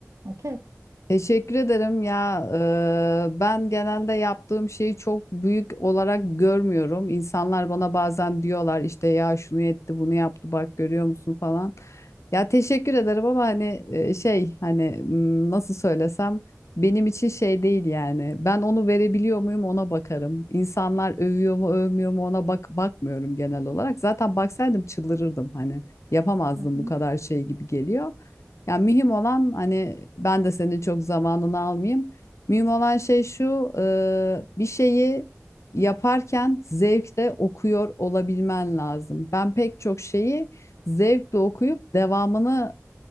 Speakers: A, on the right; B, on the left.
A: Okey.
B: Teşekkür ederim ya. Eee, ben genelde yaptığım şeyi çok büyük olarak görmüyorum. İnsanlar bana bazen diyorlar işte ya şunu etti, bunu yaptı, bak görüyor musun falan. Ya teşekkür ederim ama hani e, şey hani m, nasıl söylesem benim için şey değil yani. Ben onu verebiliyor muyum ona bakarım. İnsanlar övüyor mu, övmüyor mu ona bak bakmıyorum genel olarak. Zaten baksaydım çıldırırdım hani. Yapamazdım
A: Hı hı.
B: bu kadar şey gibi geliyor. Yani mühim olan hani ben de senin çok zamanını almayayım. Mühim olan şey şu, e, bir şeyi yaparken zevkle okuyor olabilmen lazım. Ben pek çok şeyi zevkle okuyup devamını